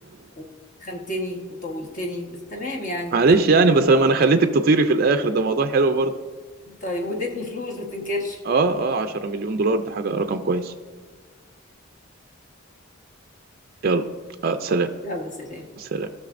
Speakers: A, on the left; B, on the right.
A: وخنتني وطولتني بس تمام يعني
B: معلش يعني بس ما انا خليتك تطيري في الاخر ده موضوع حلو برضه
A: <laughs> طيب واديتني فلوس ما تنكرش
B: اه اه 10 مليون دولار ده حاجه رقم كويس يلا آه سلام
A: يلا سلام
B: سلام